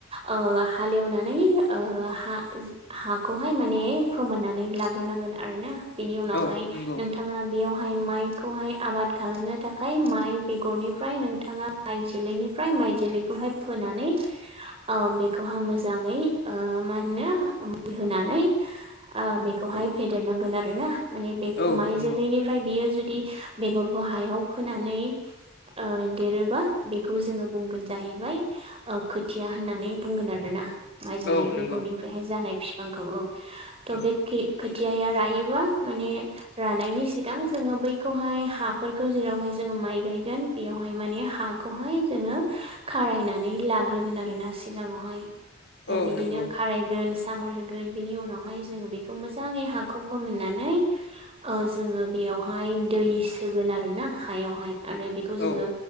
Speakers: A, on the right; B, on the left.
A: ओ हालेवनानै ओ हा हाखौहाय माने फोमोननानै लाग्रोनांगोन आरो ना बेनि उनावहाय
B: औ नंगौ
A: नों थाङा बेयावहाय माइखौहाय आबाद खालामनो थाखाय माइ बेगरनिफ्राय नोंथाङा माइ जोलैनिफ्राय माइ जोलैखौहाय फोनानै ओ बेखौहा मोजाङै ओ मा होनो ओ मुलि होनानै आ बेखौहाय फेदेरनांगोन आरो ना। माने बे
B: औ
A: माइ
B: नंगौ
A: जोलैनि फ्राय बियो जुदि बेगरखौ हायाव फोनानै ओ देरोबा बेखौ जोङो बुंगोन जाहैबाय ओ खोथिया होननानै बुंगोन आरो ना। माइ जोलै
B: औ नंगौ
A: बेगरनिफ्रायहाय जानाय बिफांखौ औ। थह
B: औ
A: बेखि खोथियाया रायोबा माने रानायनि सिगां जोङो बैखौहाय हाफोरखौ जेरावहाय जोङो माइ गायगोन। बेयावहाय माने हाखौहाय जोङो खारायनानै लाग्रोगोन आरो ना सिगाङावहाय। ओ
B: औ
A: बिदिनो
B: नंगौ
A: खाराय गोन सामार होगोन बिनि उनावहाय जोङो बेखौ मोजाङै हाखौ फोमोननानै ओ जोङो बेयावहाय दै सोगोन आरो ना हायावहाय। आरो बेखौ जोङो
B: औ